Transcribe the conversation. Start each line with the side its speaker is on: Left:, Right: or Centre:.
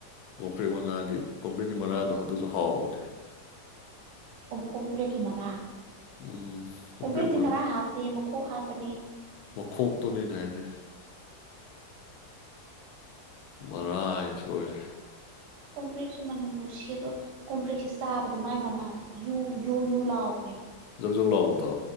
Left: ꯀꯣꯄ꯭ꯔꯦꯛ ꯃꯅꯥꯒꯤ ꯀꯣꯄ꯭ꯔꯦꯛꯀꯤ ꯃꯔꯥꯗꯣ ꯑꯗꯨꯁꯨ ꯍꯥꯎꯕꯅꯦ
Right: ꯀꯣꯝ ꯀꯣꯝꯄ꯭ꯔꯦꯛꯀꯤ ꯃꯔꯥ
Left: ꯎꯝ ꯀꯣꯝꯄ꯭ꯔꯦꯛ
Right: ꯀꯣꯝꯄ꯭ꯔꯦꯛꯇꯤ
Left: ꯃꯅꯥ
Right: ꯃꯔꯥ ꯍꯥꯞꯇꯦ ꯃꯈꯣꯛ ꯍꯥꯞꯄꯅꯦ
Left: ꯃꯤꯈꯣꯛꯇꯣꯅꯦ ꯑꯩꯅ ꯍꯥꯏꯁꯦ ꯃꯔꯥ ꯍꯥꯏ ꯁꯣꯏꯔꯦ
Right: ꯀꯣꯝꯄ꯭ꯔꯦꯛꯁꯨ ꯃꯅꯝ ꯅꯨꯡꯁꯤ ꯑꯗꯣ ꯀꯝꯄ꯭ꯔꯦꯛꯁꯦ ꯆꯥꯕꯗ ꯃꯥꯏ ꯃꯅꯥꯗꯣ ꯌꯨ ꯌꯨ ꯌꯨ ꯂꯥꯎꯕꯅꯦꯕ
Left: ꯖꯧ ꯖꯧ ꯂꯥꯎꯕꯗꯣ